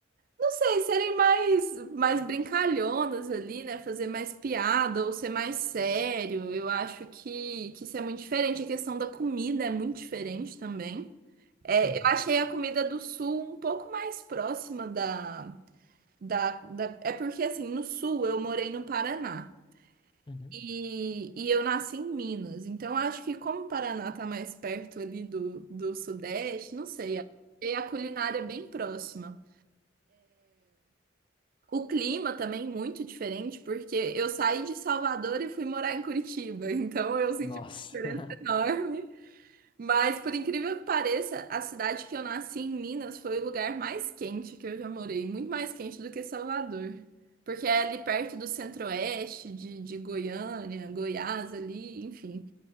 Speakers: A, on the right; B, on the left.
A: não sei, serem mais, mais brincalhonas ali, né? Fazer mais piada ou ser mais sério. Eu acho que, que isso é muito diferente. A questão da comida é muito diferente também. É,
B: <laughs>
A: eu achei a comida do sul um pouco mais próxima da, da, da- É porque, assim, no sul eu morei no Paraná
B: Uhum, uhum.
A: e, e eu nasci em Minas. Então, eu acho que como o Paraná tá mais perto ali do, do Sudeste, não sei, achei a culinária é bem próxima. O clima também muito diferente, porque eu saí de Salvador e fui morar em Curitiba. <laughs> Então, eu senti
B: Nossa,
A: uma diferença
B: <laughs>
A: enorme. Mas, por incrível que pareça, a cidade que eu nasci em Minas foi o lugar mais quente que eu já morei, muito mais quente do que Salvador. Porque é ali perto do centro-oeste, de, de Goiânia, Goiás ali, enfim.